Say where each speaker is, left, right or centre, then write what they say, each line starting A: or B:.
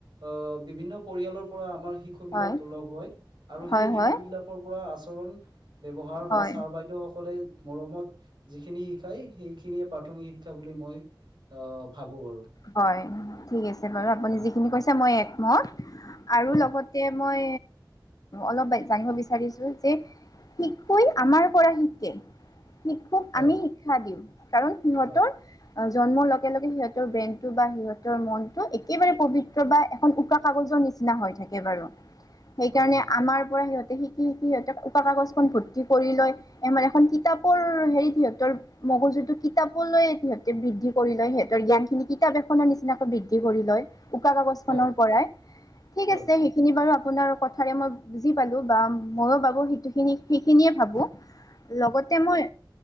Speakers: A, on the right; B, on the left.
A: অ', বিভিন্ন পৰিয়ালৰ পৰা আমাৰ শিশু শিশু বিলাক
B: হয়
A: লগ হয়, আৰু
B: হয়
A: সেই শিশু
B: হয়
A: বিলাকৰ পৰা আচৰণ ব্যৱহাৰ
B: হয়
A: বা ছাৰ বাইদেউ সকলে, মৰমত যিখিনি শিকায় সেইখিনিয়ে পাথ প্ৰাথমিক শিক্ষা বুলি মই অ', ভাবোঁ আৰু।
B: হয়। ঠিক আছে বাৰু আপুনি
A: হয়
B: যিখিনি কৈছে মই একমত আৰু
A: হয়
B: লগত তে, মই অলপ জানিব বিচাৰিছো যে শিশুই আমাৰ পৰা শিকে। শিশুক
A: হয়
B: আমি শিক্ষা দিওঁ, কাৰণ সিহঁতৰ
A: হয়
B: জন্মৰ লগে লগে সিয়ত ব্ৰেইনটো বা সিহঁতৰ মনটো একেবাৰে পৱিত্ৰ বা এখন উকা কাগজৰ নিচিনা হৈ থাকে বাৰু। সেইকাৰণে
A: হয় হয়
B: আমাৰ পৰা সিহঁতে শিকি শিকি, সিহঁতে উকা কাগজখন ভৰ্তি কৰি লয়। এ মানে, এখন কিতাপৰ হেৰিত সিহতৰ মগজুটো কিতাপ লৈ সিহঁতে বৃদ্ধি কৰি লয়, সিহঁতৰ জ্ঞান কিতাপ এখনৰ নিচিনাকৈ বৃদ্ধি কৰি লয়, উকা কাগজ খনৰ
A: হয়
B: পৰাই ঠিক
A: হয়
B: আছে শুনি বাৰো আপোনাৰ কথাৰে মই বুজি পালো বা ময়ো বাবু সিটো খিনি সিখিনিয়ে ভাবো। লগতে মই,